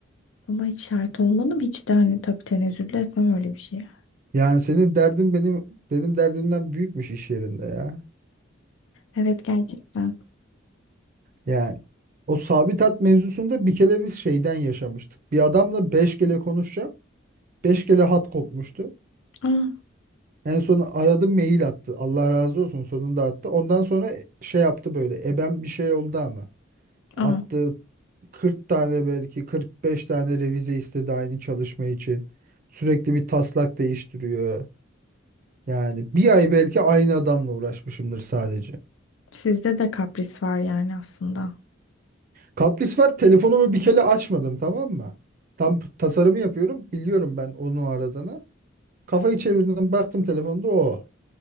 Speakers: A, on the left (about 75°); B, on the right (about 45°).
A: Ama hiç şahit olmadım. Hiç de hani tabii tenezzül de etmem öyle bir şeye.
B: Yani senin derdin benim benim derdimden büyükmüş iş yerinde ya.
A: Evet gerçekten.
B: Yani o sabit hat mevzusunda bir kere biz şeyden yaşamıştık. Bir adamla 5 kere konuşacağım. 5 kere hat kopmuştu.
A: Aa,
B: En son aradım mail attı. Allah razı olsun sonunda attı. Ondan sonra şey yaptı böyle. Ebem bir şey oldu ama. Attı
A: aa.
B: 40 tane belki 45 tane revize istedi aynı çalışma için. Sürekli bir taslak değiştiriyor. Yani bir ay belki aynı adamla uğraşmışımdır sadece.
A: Sizde de kapris var yani aslında.
B: Kapris var. Telefonumu bir kere açmadım tamam mı? Tam tasarımı yapıyorum. Biliyorum ben onu aradığını. Kafayı çevirdim baktım telefonda o.